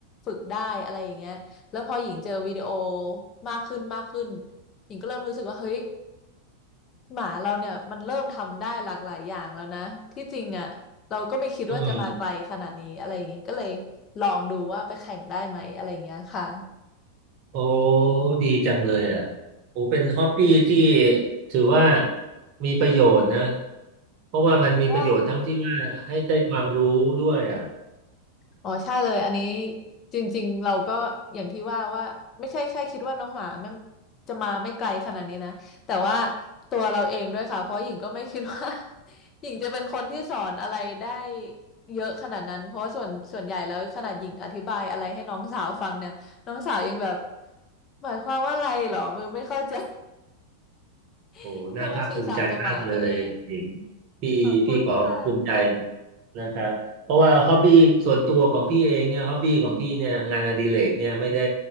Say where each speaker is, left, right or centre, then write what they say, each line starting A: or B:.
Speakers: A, on the left (about 30°); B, on the right (about 45°).
A: ฝึกได้อะไรอย่างเงี้ยแล้วพอหญิงเจอวิดีโอมากขึ้นมากขึ้นหญิงก็เริ่มรู้สึกว่าเฮ้ยหมาเราเนี่ยมันเริ่มทำได้หลากหลายอย่างแล้วนะที่จริงอ่ะเราก็ไม่คิดว่าจะมาไกลขนาดนี้อะไรอย่างงี้ก็เลย
B: อืม
A: ลองดูว่าไปแข่งได้ไหมอะไรอย่างเงี้ยค่ะ
B: โอ้ดีจังเลยอ่ะโอ้เป็นฮอปปี้ที่ถือว่ามีประโยชน์นะเพราะว่ามันมีประโยชน์ทั้งที่ว่าให้ได้ความรู้ด้วยอ่ะ
A: ว้าว อ๋อใช่เลยอันนี้จริงๆเราก็อย่างที่ว่าว่าไม่ใช่แค่คิดว่าน้องหมาไม่จะมาไม่ไกลขนาดนี้นะแต่ว่าตัวเราเองด้วยค่ะเพราะหญิงก็ไม่คิดว่า <laughs> หญิงจะเป็นคนที่สอนอะไรได้เยอะขนาดนั้นเพราะว่าส่วนส่วนใหญ่แล้วขนาดหญิงอธิบายอะไรให้น้องสาวฟังเนี่ยน้องสาวยังแบบหมายความว่าอะไรเหรอมือไม่เข้าใจ
B: โอ้โหน่าภาคภูมิใจมากเลยหญิง
A: <laughs> จะมาสื่อสารกับหมาตัวเอง
B: พี่พี่ขอภูมิใจ
A: ขอบคุณค่ะ
B: นะครับเพราะว่าฮอบบี้ส่วนตัวของพี่เองเนี่ยฮอบบี้ของพี่เนี่ยงานอดิเรกเนี่ยไม่ได้